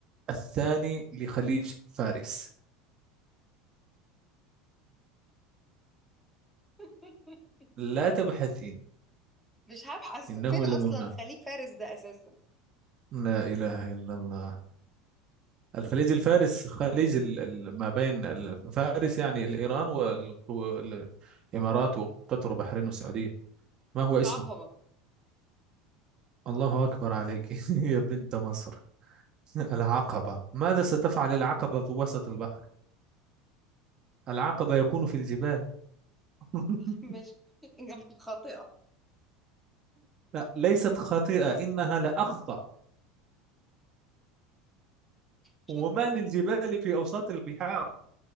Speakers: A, on the right; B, in the centre.
A: الثاني لخليج فارس
B: <laughs>
A: لا تبحثين
B: مش هبحث
A: إنه
B: فين اصلا
A: لممنوع
B: خليك فارس ده اساسا ده
A: لا إله إلا الله الخليج الفارس خليج ال- ال- ما بين ال- فارس يعني الإيران والإمارات وقطر وبحرين والسعودية ما هو اسمه
B: عقبة
A: الله أكبر عليك <laughs> يا بنت مصر <laughs> العقبة ماذا ستفعل العقبة في وسط البحر العقبة يكون في الجبال <laughs>
B: <laughs> ماشي اجابة خاطئة
A: لا ليست خاطئة إنها لأخطأ
B: شكرا
A: وما للجبال في أوساط البحار